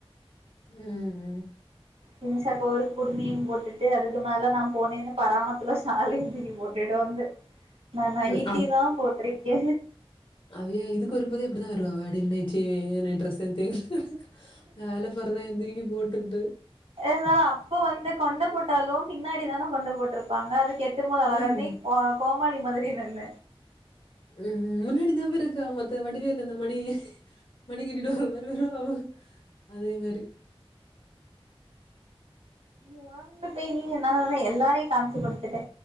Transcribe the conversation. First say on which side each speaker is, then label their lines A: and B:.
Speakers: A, on the left; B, on the right.
A: ம்
B: தினிஷா அக்கா ஒரு குடுமியு போட்டுட்டு அதுக்கு மேல நாம் போனேந்து பராமத்துல ஷாலையு தூக்கி போட்டுட்டு வந்து நான் நைட்டி
A: ம்.
B: தா போட்ருக்கே
A: அவியே இதுக்கு வரும்போது அப்டிதா வருவா அவ அடில் நைட்டியே நைட் ட்ரெஸ் <unintelligible> வேல பரதா எந்தி போட்டுக்குட்டு
B: இருந்தாலு அப்போ வந்து கொண்ட போட்டாலு பின்னாடி தானே கொண்ட போட்டிருப்பாங்க அது கெட்டும் போது அழகா
A: ம்,
B: <unintelligible> வா கோமாளி மாதிரி நின்ன
A: ம்முன்னு இருந்தாபாரு கா மத்த வடிவேலந்த மணி மணி கட்டிடுவ வரு வரு அதே மாரி
B: <unintelligible> எல்லாரையு காம்ச்சி குடுத்துட்டே